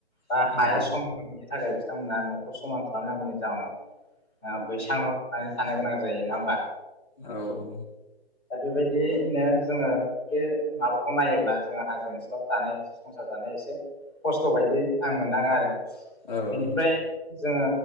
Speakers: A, on the left (about 15°); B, on the left (about 45°).
A: दा
B: उम
A: हाया समान नङिनि थाखाय बिथांमोना न'खौ समान खालामनांगौनि जाहोनाव ओ बैसां न' लुनानै थानो गोनां जायो नङा होमबा।
B: औ औ।
A: दा बेबायदिनो जोङो बे माबाखौ नायोब्ला जोङो हाजो ओनसोलाव जानाय संसार जानाय एसे खस्थ' बायदि आं मोनदाङो आरो।
B: औ
A: बेनिफ्राय
B: औ।
A: जोङो